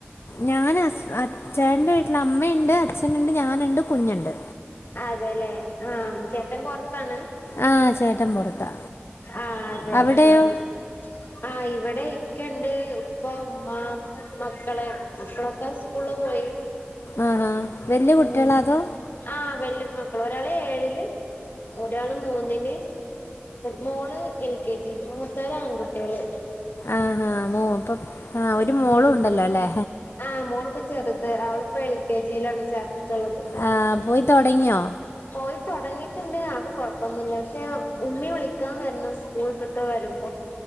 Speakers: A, on the left; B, on the left.
A: ഞാൻ ഹസ് അചേട്ൻ്റെ വീട്ലാ അമ്മെണ്ട് അച്ഛനിണ്ട് ഞാനിണ്ട് കുഞ്ഞിണ്ട്
B: അതെല്ലേ ആഹ് ചേട്ടൻ പൊർത്താണ്
A: ആ ചേട്ടൻ പുറത്താ
B: ആഹ് അതെ
A: അവിടെയോ
B: ഉം ആഹ് ഇവെടെ ഇക്കെണ്ട് ഉപ്പ ഉമ്മ മക്കള് മക്കളൊക്കെ സ്കൂള്ള് പോയി
A: ആഹാ വലിയ കുട്ടികളാ
B: ഉം
A: അതോ
B: ആഹ് വെല്ല്യേ മക്കള് ഒരാള് ഏഴില് ഒരാള് മൂന്നില് മോള് എൽ കെ ജി മൂത്തര് ആൺകുട്ട്യേള്
A: ആഹാ മോ അപ്പം ആ ഒരു മോളും
B: ഉം
A: ഉണ്ടല്ലോ അല്ലേ
B: ആഹ് മോളിപ്പോ ചെറിത് അവളിപ്പോ എൽ കെ ജിലാണ് ചേർ ത്തത്
A: ആ പോയി തുടങ്ങിയോ
B: പോയിത്തൊടങ്ങിട്ടിണ്ട് കൊഴപ്പൊന്നുല്ല പഷെ ഉമ്മി വിളിക്കാൻ വര്ണം സ്കൂളിട്ടിട്ടെ വരുമ്പം